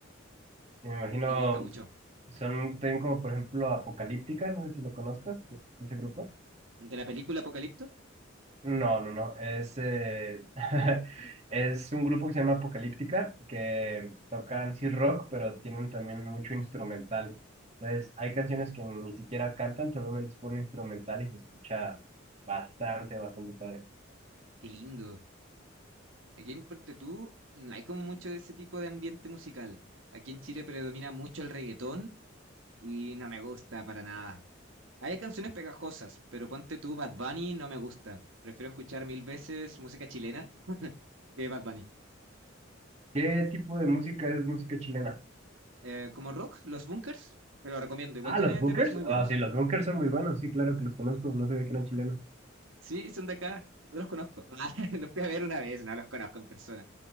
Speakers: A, on the right (about 35°); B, on the right (about 75°).
A: Me imagino,
B: Me gusta mucho.
A: son, tienen como por ejemplo Apocalíptica, no sé si lo conozcas, ese grupo.
B: ¿De la película Apocalipto?
A: No, no, no, es, eh, <laughs> es un grupo que se llama Apocalíptica, que tocan sí rock, pero tienen también mucho instrumental. Entonces, hay canciones que ni siquiera cantan, solamente es puro instrumental y se escucha bastante, bastante padre.
B: Qué lindo. Aquí en Puerto Tú no hay como mucho de ese tipo de ambiente musical. Aquí en Chile predomina mucho el reggaetón y no me gusta para nada. Hay canciones pegajosas, pero ponte tú Bad Bunny no me gusta. Prefiero escuchar mil veces música chilena que Bad Bunny.
A: ¿Qué tipo de música es música chilena?
B: Eh, como rock, Los Bunkers, te lo recomiendo. Igual
A: Ah,
B: tiene
A: los bunkers.
B: temas muy buenos.
A: Ah, sí, los bunkers son muy buenos. Sí, claro que los conozco. No sabía que eran chilenos.
B: Sí, son de acá. No los conozco. <laughs> Ah, los fui a ver una vez, no los conozco en persona.